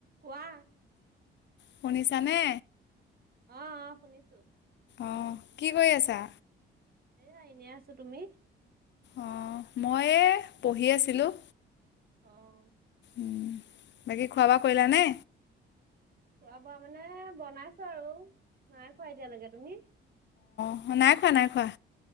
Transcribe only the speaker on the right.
কোৱা।
অ' অ' শুনিছো।
এ আ এনে আছো। তুমি?
অহ।
খোৱা বোৱা মানে বনাইছো আৰু নাই খোৱা এতিয়ালৈকে তুমি?